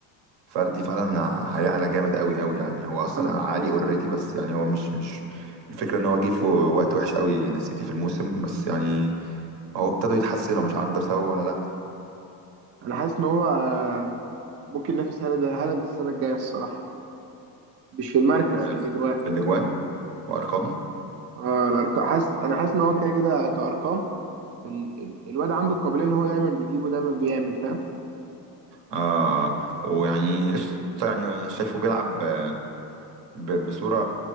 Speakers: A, on the right; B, on the right.
A: فردي فعلا هيعلى جامد قوي قوي يعني هو اصلا
B: انا
A: عالي اوريدي بس يعني هو مش مش الفكره ان هو جه في وقت وحش قوي للسيتي في الموسم بس يعني هو ابتدوا يتحسنوا مش عارف ده بسببه ولا لا
B: انا حاسس ان هو آه، ممكن ينافس هالاند هالاند السنه الجايه الصراحه مش في المركز
A: في ال-
B: في الاجوان
A: في الاجوان وارقامه
B: اه الارقام حاسس انا حاسس ان هو كده كده كارقام ال... ال... الواد عنده القابليه ان هو دايما بيجيبه دايما بيعمل فاهم
A: آه ويعني قشطه يعني أنا شايفه بيلعب آه، ب- بصوره